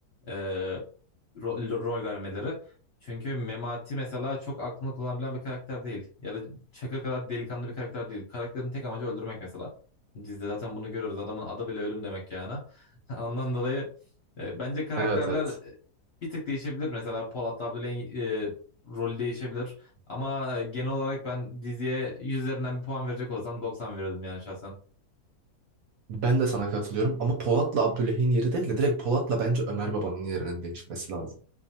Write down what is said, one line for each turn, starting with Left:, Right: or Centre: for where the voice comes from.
Left: E, rol, rol vermeleri. Çünkü Memati mesela çok aklını kullanabilen bir karakter değil. Ya da Çakır kadar delikanlı bir karakter değil. Karakterin tek amacı öldürmek mesela. Dizide zaten bunu görüyoruz. Adamın adı bile ölüm demek yani. <laughs> Ondan dolayı e, bence karakterler
Right: Evet evet.
Left: e, bir tık değişebilir. Mesela Polat Abdüley'in e, rolü değişebilir. Ama e, genel olarak ben diziye 100 üzerinden bir puan verecek olsam 90 verirdim yani şahsen.
Right: Ben de sana katılıyorum ama Polat'la Abdüley'in yeri değil de direkt Polat'la bence Ömer Baba'nın yerinin değişmesi lazım.